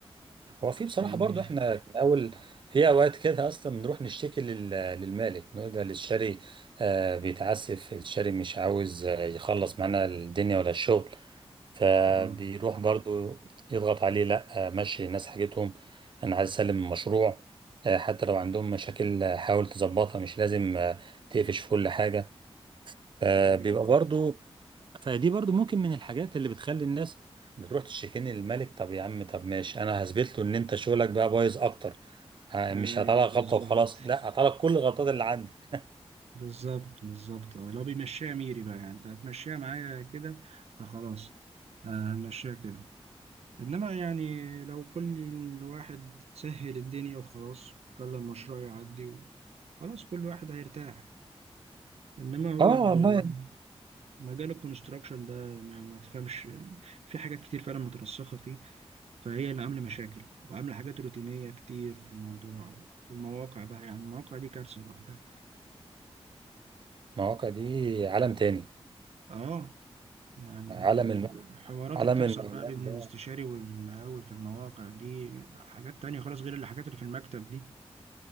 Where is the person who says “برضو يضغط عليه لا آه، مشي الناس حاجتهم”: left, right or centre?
Right